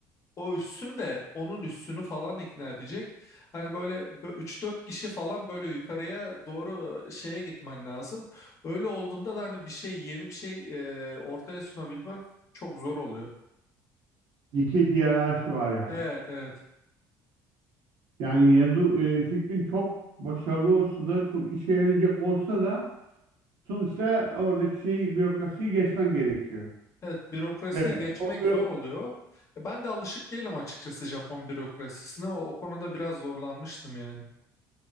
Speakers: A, on the left; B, on the right.
A: o üssüm de onun üssünü falan ikna edecek. Hani böyle üç dört kişi falan böyle yukarıya doğru şeye gitmen lazım. Öyle olduğunda da hani bir şey yeni bir şey e, ortaya sunabilmen çok zor oluyor.
B: İki hiyerarşi var yani.
A: Evet evet.
B: Yani yazı e, fikrin çok başarılı olsa da çok işe yarayacak olsa da sonuçta oradaki şeyi bürokrasiyi geçmen gerekiyor.
A: Evet bürokrasiyi
B: Ve
A: geçmek
B: o bü-
A: zor oluyor. E, Ben de alışık değilim açıkçası Japon bürokrasisine. O, o konuda biraz zorlanmıştım yani.